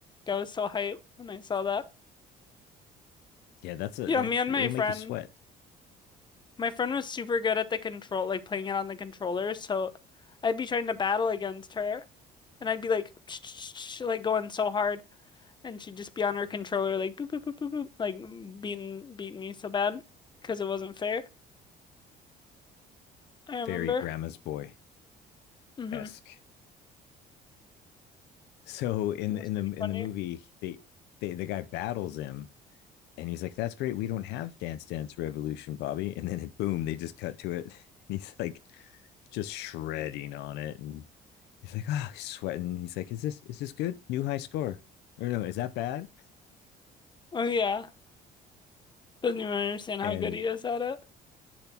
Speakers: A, on the left; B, on the left.
A: Like, I was so hyped when I saw that.
B: Yeah, that's a
A: Yeah,
B: that.
A: me and
B: It'll
A: my friend,
B: make you sweat."
A: my friend was super good at the control, like playing it on the controller, so I'd be trying to battle against her, and I'd be like, <sniffs> <tsk> like going so hard, and she'd just be on her controller, like boop boop boop boop boop, like beating beating me so bad because it wasn't fair. I remember.
B: Very Grandma's Boy
A: Mm-hmm.
B: esque. So in
A: That
B: in
A: was pretty
B: the
A: funny.
B: in the movie, they, they the guy battles him And he's like, "That's great. We don't have Dance Dance Revolution, Bobby." And then it, boom, they just cut to it, <laughs> and he's like, just shredding on it, and he's like, "Oh, he's sweating." He's like, "Is this is this good? New high score? Or no, is that bad?"
A: Oh yeah, doesn't even understand how
B: And
A: good he is at it.